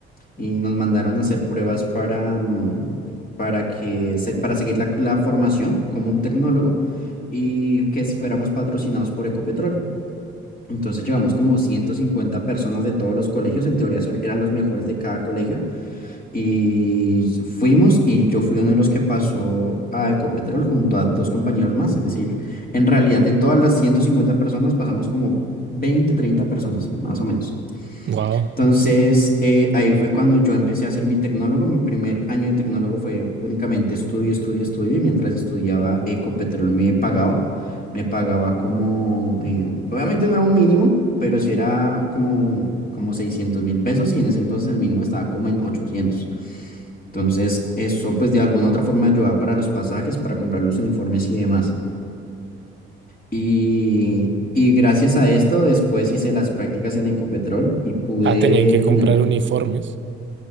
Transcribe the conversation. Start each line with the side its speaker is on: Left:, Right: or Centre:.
Left: y nos mandaron a hacer pruebas para, mm, para que se- para seguir la, la formación como un tecnólogo y que fuéramos patrocinados por Ecopetrol. Entonces llevamos como 150 personas de todos los colegios, en teoría so- eran los mejores de cada colegio, y fuimos y yo fui uno de los que pasó a Ecopetrol junto a dos compañeros más, es decir, en realidad de todas las 150 personas pasamos como veinte treinta personas, más o menos.
Right: Wow.
Left: Entonces, eh, ahí fue cuando yo empecé a ser mi tecnólogo. Mi primer año de tecnólogo fue únicamente estudio, estudio, estudio. Y mientras estudiaba, Ecopetrol me pagaba. Me pagaba como, eh, obviamente no era un mínimo, pero sí era como, como seiscientos mil pesos. Y en ese entonces el mínimo estaba como en ochocientos Entonces, eso pues de alguna u otra forma ayudaba para los pasajes, para comprar los uniformes y demás. Y, y gracias a esto, después hice las prácticas en Ecopetrol y pude
Right: Ah, tenían que comprar
Left: tener
Right: uniformes.